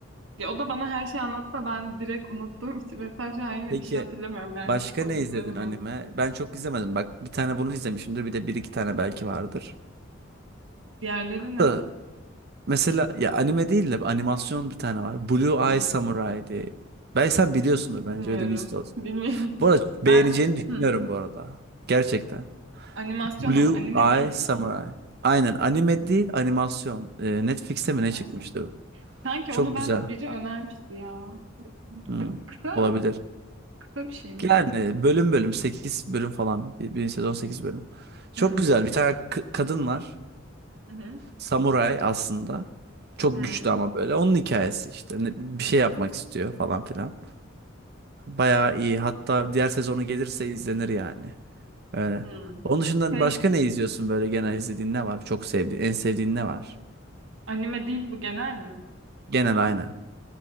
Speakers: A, on the right; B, on the right.
A: Ya o da bana her şeyi anlattı da ben direkt unuttuğum için mesela şu an yine
B: Peki
A: bir şey hatırlamıyorum. Yani
B: başka
A: spoiler
B: ne izledin
A: veremem.
B: anime? Ben çok izlemedim. Bak bir tane bunu izlemişimdir. Bir de bir iki tane belki vardır.
A: Diğerleri ne?
B: Da Mesela ya anime değil de animasyon bir tane var. Blue
A: Hmm,
B: Eye Samurai diye. Ben sen biliyorsundur
A: bilmiyorum.
B: bence öyle bir istaroz.
A: <laughs> Bilmiyorum.
B: Bu arada beğeneceğini
A: Ben
B: düşünüyorum
A: hmm,
B: bu arada. Gerçekten.
A: animasyon
B: Blue
A: ama anime
B: Eye
A: değil
B: Samurai.
A: değil mi?
B: Aynen anime değil animasyon. Ee, Netflix'te mi
A: Yo,
B: ne
A: Ay
B: çıkmıştı?
A: sana. Sanki
B: Çok
A: onu ben
B: güzel.
A: biri önermişti ya. Kı-
B: Hı,
A: Kısa
B: olabilir.
A: kısa bir şey mi?
B: Yani bölüm bölüm 8 bölüm falan. Bir, bir sezon 8 bölüm. Çok
A: Hmm.
B: güzel bir tane k- kadın var.
A: Hı hı.
B: Samuray aslında. Çok
A: Hı.
B: güçlü ama böyle. Onun hikayesi işte. Ne- bir şey yapmak istiyor falan filan. Bayağı iyi. Hatta diğer sezonu gelirse izlenir yani. Öyle.
A: Hı.
B: Onun dışında
A: Şey
B: başka ne izliyorsun böyle genel izlediğin ne var? Çok sevdiğin, en sevdiğin ne var?
A: anime değil bu genel mi?
B: Genel aynı.